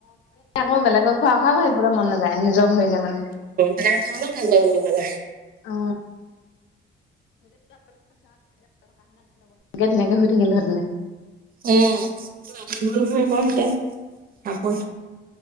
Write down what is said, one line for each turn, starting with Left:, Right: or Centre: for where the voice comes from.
Left: ম বেলেগক খোৱা খোৱাও ভাবিবলৈ মন নাযায় নিজক ভৰিলে মানে।
Right: খা ন ভাল লগা
Left: অ কে হৈ থাকিলোহেতে।
Right: অ ক তাৰ প